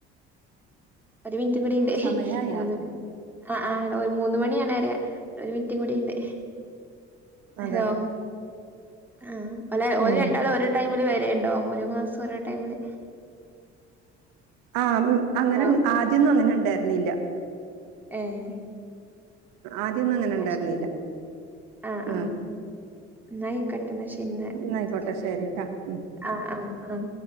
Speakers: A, in the centre; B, on the right.
A: ഒരു മിൻറ്റും കൂടിണ്ട്
B: സമയായ
A: മൂന്ന് മണി ആഹ്ആഹ് മൂന്ന് മണിയാണെരെ. ഒരു മിൻറ്റും കൂടീണ്ട്
B: അതെ
A: ഹോഹ്. ആഹ് അല്ല ഓല്
B: ഉം
A: രണ്ടാളും ഒരു ടൈമില് വരേണ്ടാവുലേ ഒരേ മാസം ഒരേ ടൈമില്.
B: ആഹ അങ്ങനെ
A: ഹലോ
B: ആദ്യൊന്നും അങ്ങനെ ണ്ടായ്ര്ന്നീല്ല
A: ഏഹ്.
B: ആദ്യൊന്നും അങ്ങനെ
A: ന്നാ
B: ഉണ്ടായിരുന്നില്ല
A: ശരി ആഹ്
B: ഉം
A: ആഹ് ന്നാഅയ് കോട്ടെന്നാ ശെരി ന്നാക്കാം
B: ന്നായിക്കോട്ടെ ശരിട്ടാ ഉം
A: ആഹ് ആഹ്.